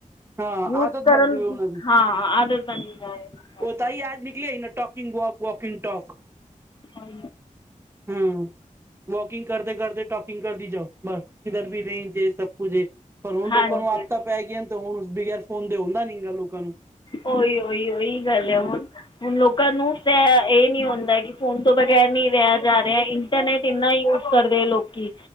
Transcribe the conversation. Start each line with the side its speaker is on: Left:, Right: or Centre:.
Right: ਹਾਂ
Left: ਯੂਜ
Right: ਆਦਤ
Left: ਕਰਨ
Right: ਬਣ ਜਾਵੇ ਉਹਨਾਂ ਦੀ।
Left: ਹਾਂ ਆਦਤ ਬਣ ਜਾਏ
Right: ਉਹ ਤਾਂ ਹੀ ਆਜ ਨਿਕਲੀ ਨਾ ਟੋਕਿੰਗ ਵਕ ਵੋਕਿੰਗ ਟੋਕ।
Left: ਹਾਂ।
Right: ਹਮ ਵੋਕਿੰਗ ਕਰਦੇ ਕਰਦੇ ਟੋਕਿੰਗ ਕਰਦੀ ਜਾਓ ਬਸ ਇਧਰ ਵੀ ਰੇਂਜ ਦੇ। ਸਭ ਕੁੱਝ ਪਰ ਹੁਣ
Left: ਹਾਂਜੀ
Right: ਲੋਕਾਂ ਨੂੰ ਆਦਤਾਂ ਪੈ ਗਈਆਂ ਤੇ ਹੁਣ ਉਸ ਬਗੈਰ ਫੋਨ ਤੇ ਹੁੰਦਾ ਨਹੀਂ ਗਾ ਲੋਕਾਂ ਨੂੰ।
Left: ਉਹੀ ਉਹੀ ਉਹੀ ਗੱਲ
Right: ਹਮ
Left: ਹੈ ਹੁਣ। ਹੁਣ ਲੋਕਾਂ ਨੂੰ ਤੇ ਇਹ ਨੀ ਹੁੰਦਾ ਕਿ ਫੋਨ ਤੋਂ ਬਗੈਰ ਨੀ ਰਿਹਾ ਜਾ ਰਿਹਾ। ਇੰਟਰਨੈਟ ਇੰਨਾ ਯੂਜ ਕਰਦੇ ਆ ਲੋਕੀ।